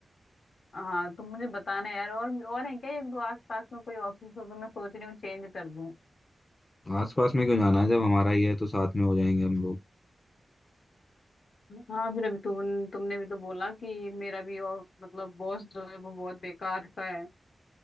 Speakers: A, on the left; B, on the left.
A: हाँ तुम मुझे बताना यार और और है क्या एक दो आस पास में कोई ऑफिस हो तो मैं सोच रही हूँ चेंज कर दूं
B: आस पास में क्यों जाना है जब हमारा ही है तो साथ में हो जाएंगे हम लोग
A: हाँ फिर अभी तुम तुमने भी तो बोला कि मेरा भी और मतलब बॉस जो है वो बहुत बेकार सा है